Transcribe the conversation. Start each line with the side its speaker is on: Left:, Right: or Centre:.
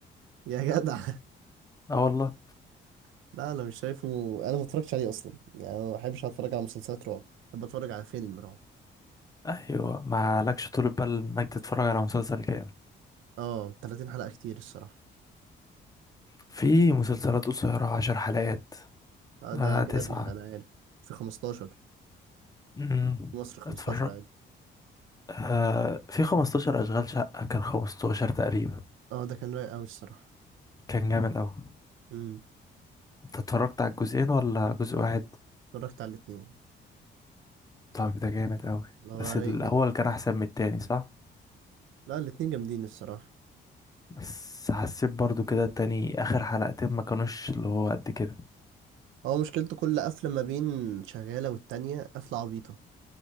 Right: يا جدع
Left: اه والله
Right: <laughs> لا انا مش شايفه انا ما اتفرجتش عليه اصلا يعني أنا ما بحبش اتفرج على مسلسلات رعب بحب اتفرج على فيلم رعب
Left: ايوه ما لكش طول بال انك تتفرج على مسلسل كامل
Right: اه 30 حلقة كتير الصراحة
Left: في مسلسلات قصيره عشر حلقات
Right: آه ده
Left: آه
Right: اجنبي
Left: تسعة
Right: يعني، انا عارف في 15
Left: امم
Right: في مصر 15
Left: اتفرج
Right: عادي
Left: آه في 15 اشغال شقه كان 15 تقريبا
Right: اه ده كان رايق قوي الصراحة
Left: كان جامد قوي
Right: امم
Left: انت اتفرجت على الجزئين ولا جزء واحد
Right: اتفرجت على الاتنين
Left: طب ده جامد قوي
Right: اللي
Left: بس
Right: هو رايق
Left: الاول
Right: جدا
Left: كان احسن من التاني صح
Right: لا الاتنين جامدين الصراحة
Left: بس حسيت برضو كده التاني اخر حلقتين ما كانوش اللي هو قد كده
Right: هو مشكلته كل قفلة ما بين شغالة والتانية قفلة عبيطة